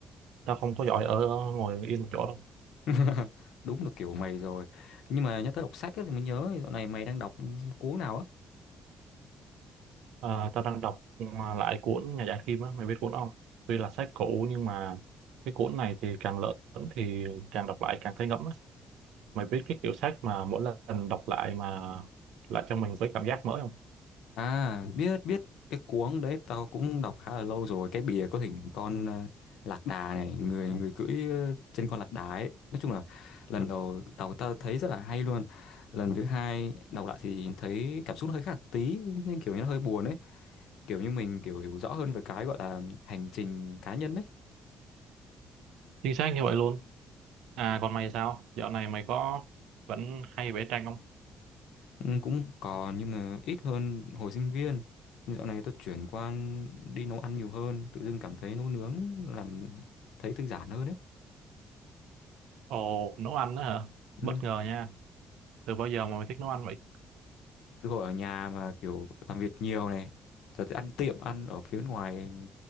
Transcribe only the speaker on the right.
tao không có giỏi ở ngồi yên một chỗ đâu
à, tao đang đọc mà lại cuốn nhà giả kim á mày biết cuốn không tuy là sách cũ nhưng mà cái cuốn này thì càng lớn thì càng đọc lại càng thấy ngẫm á mày biết cái kiểu sách mà mỗi lần đọc lại mà lại cho mình với cảm giác mới không
chính xác như vậy luôn à còn mày sao dạo này mày có vẫn hay vẽ tranh không
Ồ, nấu ăn đó hả? Bất
ngờ nha. Từ bao giờ mà mày thích nấu ăn vậy?